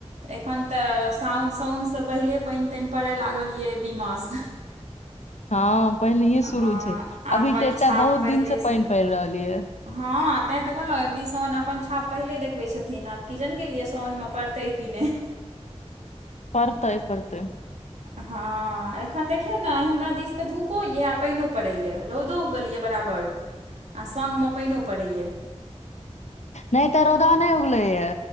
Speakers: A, on the right; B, on the left.
A: एखन त साउन साओन सँ पहिले पानि तानि परे लागल एबरी मास
B: हँ पहिनैहे शुरू
A: हँ
B: छै, अभी
A: अपन
B: त एत
A: छाप
B: बहुत
A: पहिलेसँ
B: दिन से पानि पड़ि रहल ये
A: हँ तें त कहलहुँ अबरी साउन अपन छाप पहिले देखबैत छथिन आब कि जाने गेलियै साउनमे पड़तै कि नै
B: पड़तै- पड़तै।
A: हँ एखन देखियौ ने आइ हमरा दिस त धूपो या आ पानिओ पड़ैएा रौदो उगल या बराबर आ सङ्गमे पाइनो परैया।
B: नै एत रौदा नहि उगलै या